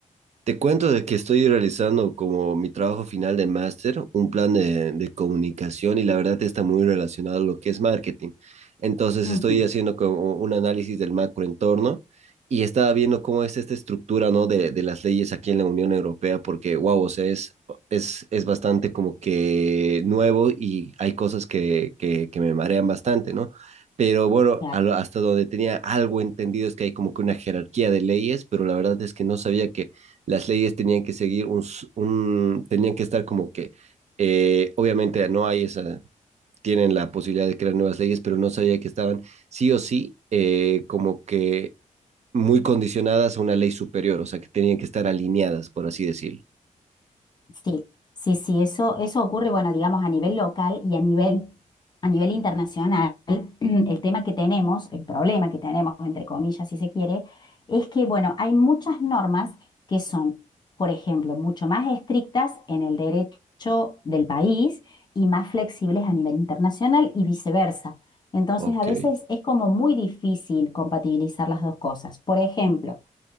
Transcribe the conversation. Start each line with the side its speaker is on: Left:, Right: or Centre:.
Right: Te cuento de que estoy realizando como mi trabajo final de máster, un plan de, de comunicación y la verdad está muy relacionado a lo que es marketing. Entonces
Left: Ujú,
Right: estoy haciendo como un análisis del macroentorno y estaba viendo cómo es esta estructura, ¿no? de, de las leyes aquí en la Unión Europea, porque, wow, o sea, es, es, es bastante como que nuevo y hay cosas que, que, que me marean bastante, ¿no? Pero bueno,
Left: claro.
Right: a lo- hasta donde tenía algo entendido es que hay como que una jerarquía de leyes, pero la verdad es que no sabía que las leyes tenían que seguir un, un tenían que estar como que, eh, obviamente no hay esa, tienen la posibilidad de crear nuevas leyes, pero no sabía que estaban sí o sí eh, como que muy condicionadas a una ley superior, o sea, que tenían que estar alineadas, por así decirlo.
Left: Sí, sí, sí, eso, eso ocurre, bueno, digamos, a nivel local y a nivel, a nivel internacional. <clears throat> El tema que tenemos, el problema que tenemos, entre comillas, si se quiere, es que, bueno, hay muchas normas que son, por ejemplo, mucho más estrictas en el derecho del país y más flexibles a nivel internacional y viceversa. Entonces,
Right: Ok,
Left: a veces es como muy difícil compatibilizar las dos cosas. Por ejemplo,